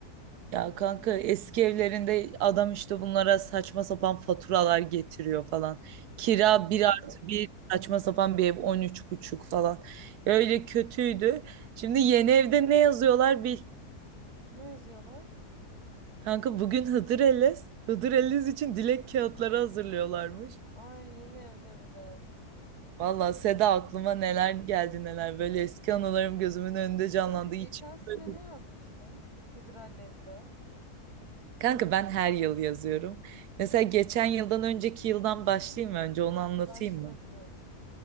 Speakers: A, on the right (about 80°); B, on the right (about 20°).
A: Ya kanka eski evlerinde adam işte bunlara saçma sapan faturalar getiriyor falan. Kira
B: Aa,
A: bir artı bir saçma sapan bir ev 13 buçuk falan. Öyle kötüydü. Şimdi yeni evde ne yazıyorlar bil.
B: ne yazıyorlar?
A: Kanka bugün Hıdır Ellez. Hıdır Ellez için dilek kağıtları hazırlıyorlarmış.
B: Ay yeni evde bir de.
A: Valla Seda aklıma neler geldi neler. Böyle eski anılarım gözümün önünde canlandı.
B: Kanka geçen
A: İçim.
B: sene
A: böyle.
B: ne yazmıştın? Hıdrallez'de.
A: Kanka ben her yıl yazıyorum. Mesela geçen yıldan önceki yıldan başlayayım mı önce onu anlatayım
B: Başla
A: mı?
B: bakayım.